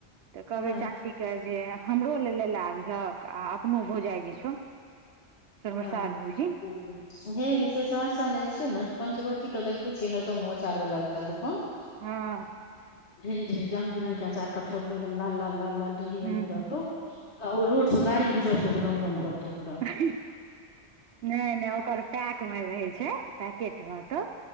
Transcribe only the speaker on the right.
तऽ कहबै
चाचीके जे हमरो लए लऽ आबिहक आ अपनो भौजाइ जे छौ हमर
सास भौजी
हँ
हूँ
हँ नहि नहि ओकर पैकमे रहै छै पैकेट रहतौ